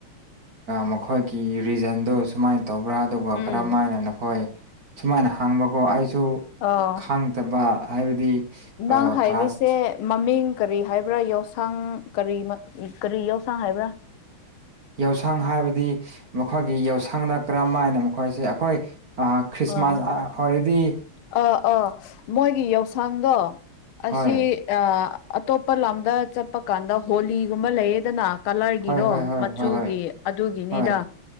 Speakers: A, on the right; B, on the left.
A: ꯃꯈꯣꯏꯒꯤ ꯔꯤꯖꯟꯗꯨ ꯁꯨꯃꯥꯏꯅ ꯇꯧꯕ꯭ꯔꯥ ꯑꯗꯨꯒ
B: ꯎꯝ
A: ꯀꯔꯝ ꯍꯥꯏꯅ ꯅꯈꯣꯏ ꯁꯨꯃꯥꯏꯅ ꯍꯥꯡꯕꯀꯣ ꯑꯩ ꯁꯨ
B: ꯑꯣ
A: ꯈꯥꯡꯗꯕ ꯍꯥꯏꯕꯗꯤ
B: ꯅꯪ ꯍꯥꯏꯕꯁꯦ
A: ꯀ꯭ꯂꯥꯁ
B: ꯃꯃꯤꯡ ꯀꯔꯤ ꯍꯥꯏꯕ꯭ꯔꯥ ꯌꯥꯎꯁꯥꯡ ꯀꯔꯤ ꯀꯔꯤ ꯌꯥꯎꯁꯥꯡ ꯍꯥꯏꯕ꯭ꯔꯥ
A: ꯌꯥꯎꯁꯪ ꯍꯥꯏꯕꯗꯤ ꯃꯈꯣꯏꯒꯤ ꯌꯥꯎꯁꯪꯗ ꯀꯔꯝꯥꯏꯅ ꯃꯈꯣꯏꯁꯦ ꯑꯩꯈꯣꯏ ꯑ ꯈ꯭ꯔꯤꯁꯃꯥꯁꯗꯤ
B: ꯑꯣ ꯑꯥ ꯑꯥ ꯃꯣꯏꯒꯤ ꯌꯥꯎꯁꯪꯗꯣ ꯑꯁꯤ
A: ꯍꯣꯏ
B: ꯑꯇꯣꯞꯄ ꯂꯝꯗ ꯆꯠꯄ ꯀꯥꯟꯗ ꯍꯣꯂꯤꯒꯨꯝꯕ ꯂꯩꯌꯦꯗꯅ ꯀꯂꯔꯒꯤꯗꯣ
A: ꯍꯣꯏ ꯍꯣꯏ ꯍꯣꯏ
B: ꯃꯆꯨꯒꯤ
A: ꯍꯣꯏ ꯍꯣꯏ
B: ꯑꯗꯨꯒꯤꯅꯤꯗ
A: ꯍꯣꯏ